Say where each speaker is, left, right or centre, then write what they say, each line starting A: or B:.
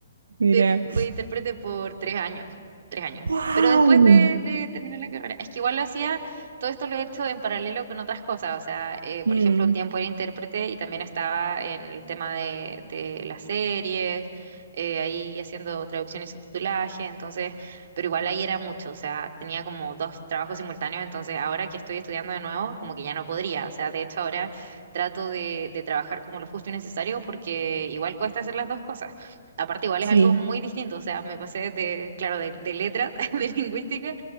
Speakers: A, on the right; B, on the right.
A: Mira.
B: inter- fui intérprete por tres años, tres años.
A: ¡Wow!
B: Pero después de, de terminar la carrera, es que igual lo hacía, todo esto lo he hecho en paralelo con otras cosas. O sea, eh, por
A: Mm,
B: ejemplo, un tiempo era intérprete y también estaba en el tema de, de las series, eh, ahí haciendo traducción y subtitulaje. Entonces, pero igual ahí era mucho. O sea, tenía como dos trabajos simultáneos. Entonces, ahora que estoy estudiando de nuevo, como que ya no podría. O sea, de hecho, ahora trato de, de trabajar como lo justo y necesario porque igual cuesta hacer las dos cosas. Aparte, igual
A: sí.
B: es algo muy distinto, o sea, me pasé de, claro, de, de letras, <laughs> de lingüística,